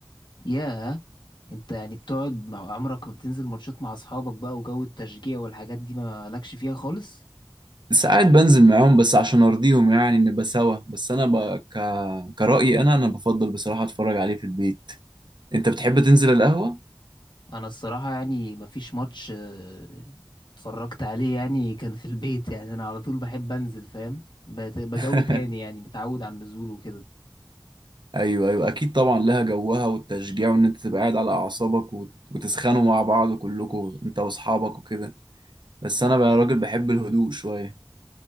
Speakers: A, on the left (about 70°); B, on the right (about 65°).
A: ياه انت يعني بتقعد مع عمرك ما بتنزل ماتشات مع اصحابك بقى وجو التشجيع والحاجات دي ما لكش فيها خالص
B: ساعات بنزل معاهم بس عشان ارضيهم يعني نبقى سوا بس انا ب... ك... كرأيي انا انا بفضل بصراحة اتفرج عليه في البيت انت بتحب تنزل القهوة
A: انا الصراحه يعني مفيش ماتش آه، اتفرجت عليه يعني كان في البيت يعني انا على طول بحب انزل فاهم بت- بجو
B: <laughs>
A: تاني يعني متعود على النزول وكده
B: ايوه ايوه اكيد طبعا لها جوها والتشجيع وان انت تبقى قاعد على اعصابك وت- وتسخنوا مع بعض كلكم انت واصحابك وكده بس انا بقى راجل بحب الهدوء شويه